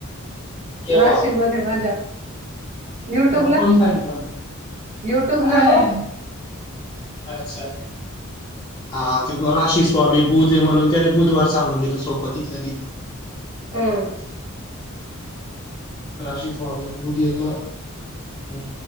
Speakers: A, on the left (about 20°); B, on the right (about 35°).
A: केव्हा
B: राशीमध्ये माझ्या. युट्यूब
A: नाही मग
B: ला
A: कोणी सांगितलं
B: युट्यूब
A: काय?
B: ला हो.
A: अच्छा! हा ते राशी स्वामी बुधे म्हणून त्याने बुधवार सांगून दिलं सोपं तिथलं तिथं.
B: ह.
A: राशी स्वामी बूध येत हम.